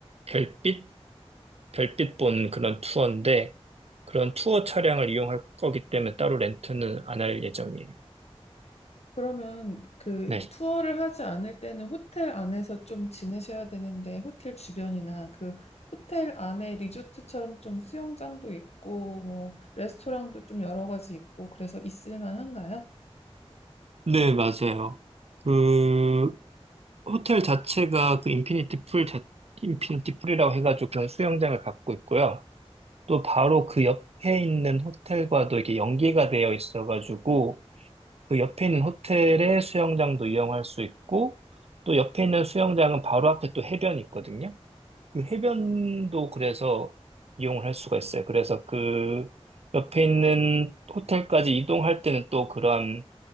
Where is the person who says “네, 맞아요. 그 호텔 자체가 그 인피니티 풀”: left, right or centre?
Right